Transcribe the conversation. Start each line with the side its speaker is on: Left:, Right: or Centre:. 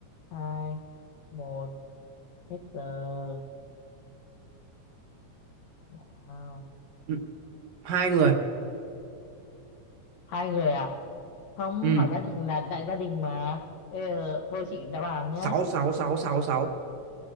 Left: hai một hết giờ nào
Right: ừ. hai người
Left: hai người à không
Right: ừ
Left: hỏi gia đình là đại gia đình mà bây giờ thôi chị đáp án nhá
Right: sáu sáu sáu sáu sáu